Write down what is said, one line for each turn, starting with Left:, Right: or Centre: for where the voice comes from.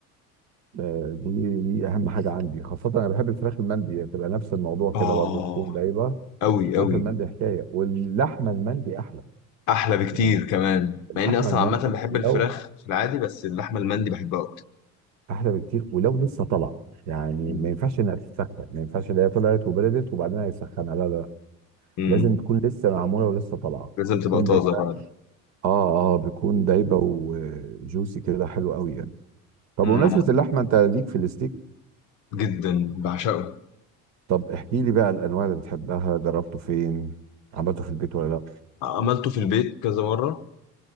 Right: آه، دي دي اهم حاجه عندي خاصه انا بحب الفراخ المندي تبقى نفس الموضوع
Left: اه
Right: كده برضه تكون دايبه
Left: قوي
Right: الفراخ
Left: قوي
Right: المندي حكايه واللحمه المندي احلى
Left: احلى بكتير
Right: يعني
Left: كمان
Right: اللحمه
Left: مع اني اصلا
Right: المندي
Left: عامه بحب
Right: ولو
Left: الفراخ في العادي بس اللحمه المندي بحبها اكتر
Right: احلى بكتير ولو لسه طالعه يعني
Left: مم.
Right: ما ينفعش انها تتسخن ما ينفعش اللي هي طلعت وبردت وبعدين هيسخنها لا لا لا.
Left: امم
Right: لازم تكون لسه معموله ولسه طالعه
Left: لازم تبقى
Right: تكون
Left: طازه
Right: دايبه
Left: فعلا
Right: اه اه بتكون دايبه وجوسي كده حلو قوي يعني طب
Left: امم
Right: بمناسبه اللحمه انت ليك في الستيك
Left: جدا بعشقه
Right: طب احكي لي بقى الانواع اللي بتحبها جربته فين عملته في البيت ولا لا
Left: عملته في البيت كذا مره